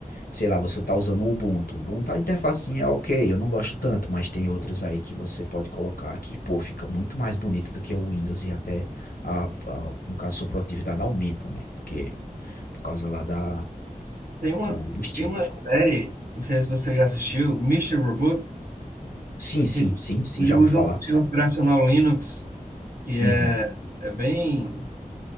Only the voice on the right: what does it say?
Tem uma,
tem uma série, não sei se você já assistiu, Mister Robot,
que
ele
usa
um sistema operacional Linux, que
é, é bem.